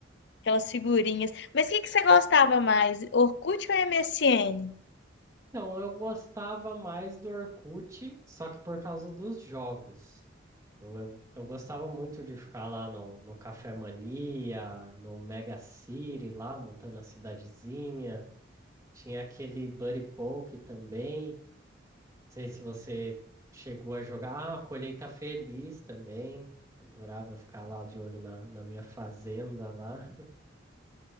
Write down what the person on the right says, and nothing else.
Então, eu gostava mais do Orkut, só que por causa dos jogos. Eu, eu, eu gostava muito de ficar lá no, no Café Mania, no Mega City, lá montando a cidadezinha. Tinha aquele Buddy Poke também. Não sei se você chegou a jogar. Ah, Colheita Feliz também. Adorava ficar lá de olho na, na minha fazenda lá.